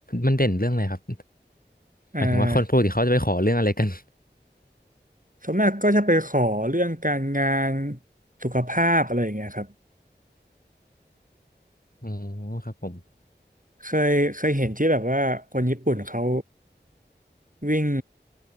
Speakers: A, on the left; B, on the right.
A: มันเด่นเรื่องอะไรครับ
B: อ่า
A: หมายถึงว่าคนปกติเขาจะไปขอเรื่องอะไรกัน
B: ส่วนมากก็จะไปขอเรื่องการงานสุขภาพอะไรอย่างเงี้ยครับ
A: อ๋อครับผม
B: เคยเคยเห็นที่แบบว่าคนญี่ปุ่นเขาวิ่ง